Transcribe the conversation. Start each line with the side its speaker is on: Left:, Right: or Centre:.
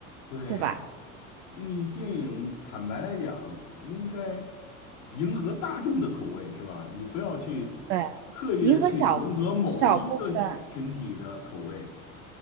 Left: 对，
Right: 对吧？
Left: 你电影坦白来讲，应该迎合大众的口味是吧？你不要去刻意的去迎合某一个群体的口味，
Right: 对，银河小小部分，